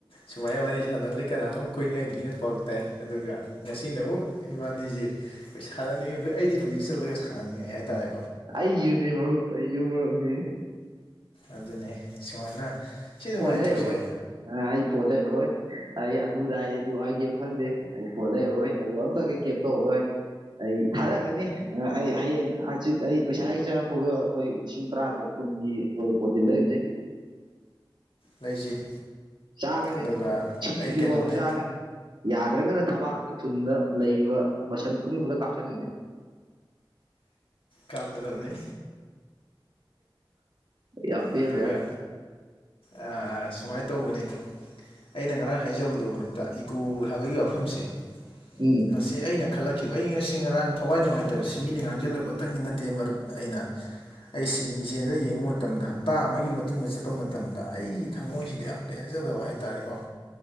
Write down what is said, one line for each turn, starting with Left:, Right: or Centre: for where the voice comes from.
Left: ꯁꯨꯃꯥꯏꯅ ꯋꯥꯔꯤ ꯁꯥꯟꯅꯕꯗꯩ ꯀꯅꯥꯅꯣꯝ ꯀꯣꯏꯅꯒꯦꯅ ꯄꯥꯎ ꯇꯥꯏ ꯑꯗꯨ ꯑꯗꯨꯒ ꯉꯁꯤꯅ ꯑꯃꯨꯛ ꯏꯕꯥꯅꯤꯁꯤ ꯑꯩꯈꯣꯏ ꯁꯥꯟꯅꯅꯤꯡꯉꯤ ꯑꯩꯈꯣꯏ ꯑꯩꯗꯤ ꯍꯧꯖꯤꯛ ꯆꯠꯂꯒ ꯁꯥꯟꯅꯅꯤꯡꯉꯦ ꯍꯥꯏꯇꯥꯔꯦ
Right: ꯑꯩꯁꯨꯅꯦ ꯃꯔꯨꯞ ꯑꯩꯁꯨ ꯃꯔꯨꯞꯅꯤ
Left: ꯑꯗꯨꯅꯤ ꯁꯨꯃꯥꯏꯅ ꯁꯤ ꯅꯨꯡꯉꯥꯏꯇ꯭ꯔꯣꯁꯦ
Right: ꯂꯩꯔꯔꯣꯏ ꯑ ꯑꯩ ꯐꯣꯟ <unintelligible> ꯑꯩ ꯑꯗꯨꯗ ꯑꯩ ꯑꯗꯨ ꯑꯩ ꯀꯩꯝ ꯈꯪꯗꯦ ꯑꯩ ꯐꯣꯟ ꯂꯩꯔꯔꯣꯏ ꯑꯗꯨ ꯑꯝꯇ ꯀꯩ ꯀꯦꯝ ꯇꯧꯔꯔꯣꯏ ꯑꯩ ꯊꯥꯗꯒꯅꯤ ꯑꯩ ꯍꯌꯦꯡ ꯍꯪꯆꯤꯠ ꯑꯩ ꯄꯩꯁꯥ ꯍꯦꯛ ꯆꯪꯉꯛꯄꯒ ꯑꯩꯈꯣꯏ ꯂꯤꯁꯤꯡ ꯇꯔꯥ ꯇꯔꯨꯛ ꯀꯨꯟꯒꯤ ꯑꯣꯏꯕ ꯄꯣꯠꯇꯤ ꯂꯩꯔꯨꯁꯦ
Left: ꯂꯩꯁꯤ
Right: ꯆꯥꯒꯅꯤ
Left: ꯑꯗꯨꯒ
Right: ꯁꯤꯗ꯭ꯔꯤꯐꯥꯎꯕ
Left: ꯑꯩ ꯀꯩꯅꯣꯅꯦ
Right: ꯆꯥꯒꯅꯤ ꯌꯥꯗ꯭ꯔꯒꯅ ꯊꯕꯥꯛꯇ ꯊꯨꯟꯗ ꯂꯩꯔꯤꯕ ꯃꯁꯟ ꯈꯨꯗꯤꯡꯃꯛꯇ ꯀꯥꯞꯁꯤꯟꯒꯅꯤ
Left: ꯀꯥꯞꯀꯗꯕꯅꯤ
Right: ꯌꯥꯝ ꯄꯦꯟꯗ꯭ꯔꯦ
Left: ꯑꯗꯨꯒ ꯑ ꯁꯨꯃꯥꯏꯅ ꯇꯧꯕꯅꯦ ꯑꯩꯅ ꯉꯔꯥꯡ ꯍꯥꯏꯖꯕꯗꯨ ꯃꯔꯨꯞꯇ ꯏꯒꯨ ꯍꯥꯏꯕꯒꯤ ꯋꯥꯐꯝꯁꯦ
Right: ꯎꯝ
Left: ꯉ ꯑꯩꯅ ꯈꯜꯂꯛꯈꯤꯕ ꯑꯩ ꯉꯁꯤ ꯉꯔꯥꯡ ꯊꯋꯥꯏ ꯅꯨꯡꯉꯥꯏꯇꯕꯁꯤ ꯃꯤꯅ ꯉꯥꯡꯁꯤꯜꯂꯛꯄꯇꯪꯒꯤ ꯅꯠꯇꯦ ꯃꯔꯨꯞ ꯑꯩꯅ ꯑꯩ ꯁ꯭ꯤꯃꯤꯡꯖꯦꯜꯗ ꯌꯦꯡꯕ ꯃꯇꯝꯗ ꯍꯞꯇꯥ ꯑꯃꯒꯤ ꯃꯇꯨꯡꯗ ꯆꯠꯄ ꯃꯇꯝ ꯃꯇꯝꯗ ꯑꯩꯒꯤ ꯊꯝꯃꯣꯏꯁꯤꯗ ꯌꯥꯝ ꯄꯦꯟꯖꯗꯕ ꯍꯥꯏꯇꯥꯥꯔꯦꯀꯣ